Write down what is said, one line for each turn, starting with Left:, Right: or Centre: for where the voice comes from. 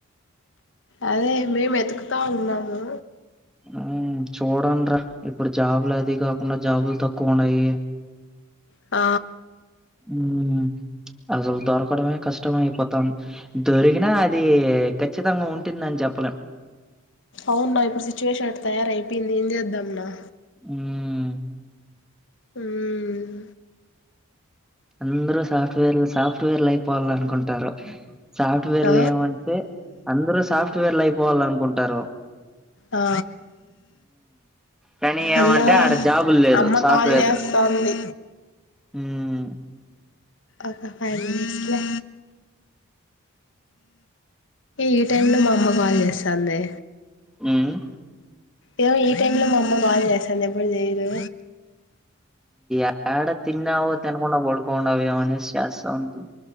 Left: అదే మేమెతుకుతా ఉన్నాము.
Centre: ఆ చూడండ్ర ఇప్పుడు జాబులు అది గాకుండా జాబులు తక్కువ ఉన్నాయి
Left: ఆ
Centre: ఉ అసలు దొరకడమే కష్టమ అయిపోతాంది దొరికినా అది ఖచ్చితంగా ఉంటుందని జెప్పలేం
Left: అవున్నా ఇప్పుడు సిచ్యువేషనట్ట తయారయిపోయింది ఏం జేద్దమ్ అ
Centre: ఉమ్
Left: ఉమ్
Centre: అందరుూ సాఫ్ట్వేర్ సాఫ్ట్వేర్లు అయిపోవాలనుకుంటారు సాఫ్ట్వేర్లు
Left: ఆ
Centre: ఏమంటే అందరుూ సాఫ్ట్వేర్లు అయిపోవాలనుకుంటారు
Left: ఆ
Centre: కానీ ఏమంటే
Left: అన్నా
Centre: ఆడ జాబులు లేదు
Left: అమ్మ
Centre: సాఫ్ట్వేర్
Left: కాల్ చేస్తాంది
Centre: ఉమ్
Left: ఒక ఫైవ్ మినిట్స్లే ఈ టైంలో మా అమ్మ కాల్ జేస్తాందే
Centre: ఉమ్
Left: ఏమో ఈ టైమ్ లో మా అమ్మ బాగా జెస్తాంది ఎప్పుడు చెయ్దు
Centre: యాడ తిన్నావో తిన్కుండా పడుకోండావేమోని చేస్తా ఉుంది